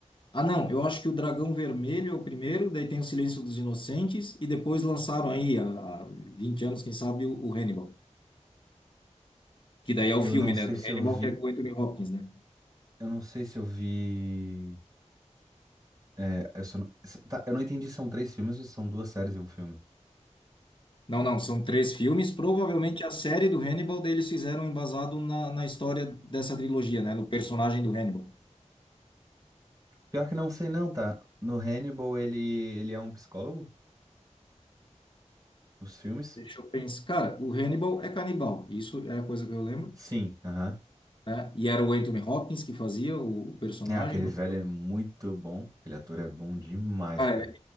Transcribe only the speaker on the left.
Ah, não, eu acho que o Dragão Vermelho é o primeiro, daí tem o Silêncio dos Inocentes, e depois lançaram aí, há 20 anos, quem sabe, o, o Hannibal. Que daí é
o filme,
né, do
Hannibal,
que é com o Anthony Hopkins, né?
Não, não, são três filmes. Provavelmente a série do Hannibal, daí eles fizeram embasado na, na história dessa trilogia, né? No personagem do Hannibal.
Deixa eu pensar. Cara, o Hannibal é canibal. Isso é a coisa que eu lembro.
Né? E era o Anthony Hopkins que fazia o, o personagem.
do-
Cara,